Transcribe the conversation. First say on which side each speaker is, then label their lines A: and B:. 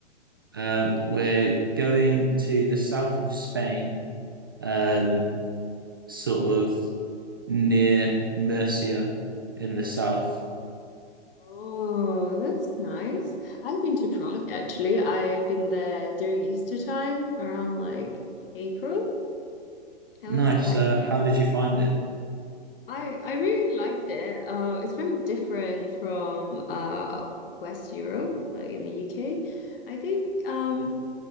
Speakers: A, on the right; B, on the left.
A: Um, we're going to the south of Spain, um, sort of near Murcia in the south
B: Oh, that's nice. I've been to Prague actually. I've been there during Easter time around like April. That
A: Nice.
B: was quite
A: Uh, how did you find it?
B: I I really liked it. Uh, it's very different from uh West Europe, like in the UK. I think um